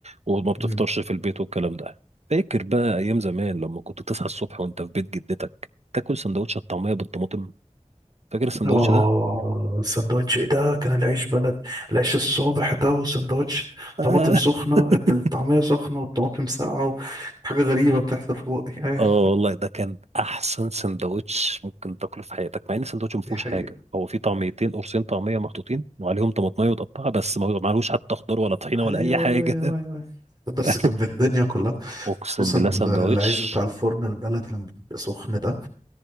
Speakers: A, on the right; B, on the right.
A: وما بتفطرش
B: مم.
A: في البيت والكلام ده فاكر بقى ايام زمان لما كنت تصحى الصبح وانت في بيت جدتك تاكل سندوتش الطعمية بالطماطم فاكر السندوتش
B: اه
A: ده؟
B: سندوتش ايه ده كان العيش بلد العيش الصبح ده وسندوتش
A: آه.
B: طماطم سخنة
A: <laughs>
B: الطعمية سخنة والطماطم ساقعة حاجة غريبة بتحصل في بقي ايوه
A: اه والله ده كان احسن سندوتش ممكن تاكله في حياتك مع ان السندوتش ما فيهوش
B: دي حقيقة
A: حاجه هو فيه طعميتين قرصين طعميه محطوطين وعليهم طماطميه متقطعه بس ما ما عليهوش حتى خضار ولا طحينه
B: ايوه
A: ولا اي حاجه
B: ايوه ايوه ايوه أيوه. بس
A: <laughs>
B: كان بالدنيا كلها
A: اقسم
B: خصوصا
A: بالله
B: ال-
A: سندوتش
B: العيش بتاع الفرن البلدي لما بيبقى سخن ده